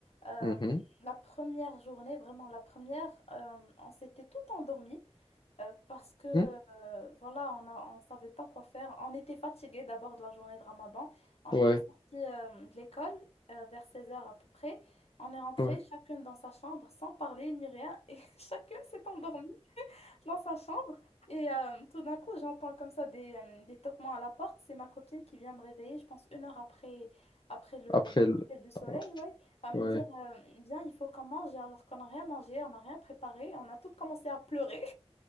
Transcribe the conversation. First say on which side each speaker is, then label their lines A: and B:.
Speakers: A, on the left; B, on the left.
A: Euh,
B: Mhm.
A: la première journée, vraiment la première, euh, on s'était tout endormi euh, parce que
B: Mhm.
A: euh, voilà, on a, on savait pas quoi faire. On était fatigués d'abord de la journée de ramadan. On
B: Ouais,
A: était sortis euh, de l'école euh, vers seize heures à peu près. On est rentrés
B: ouais.
A: chacune dans sa chambre sans parler ni rien et <laughs> chacune s'est endormie dans sa chambre. Et euh, tout d'un coup, j'entends comme ça des, euh, des toquements à la porte. C'est ma copine qui vient me réveiller, je pense, une heure après, après le
B: Après, le-
A: coucher du soleil,
B: hop,
A: ouais, à me
B: ouais.
A: dire, euh, viens, il faut qu'on mange, alors qu'on n'a rien mangé, on n'a rien préparé, on a toutes commencé à pleurer.